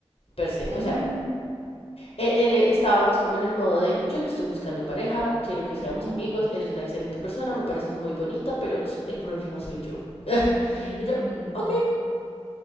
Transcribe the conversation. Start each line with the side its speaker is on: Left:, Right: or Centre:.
Left: per se.
Right: Ah.
Left: O sea, e- él, e, estaba más como en el modo de yo no estoy buscando pareja, quiero que seamos
Right: Mm.
Left: amigos, eres una excelente persona, me pareces muy bonita, pero s- el problema soy yo. <laughs>
Right: Mm.
Left: Y yo, ok.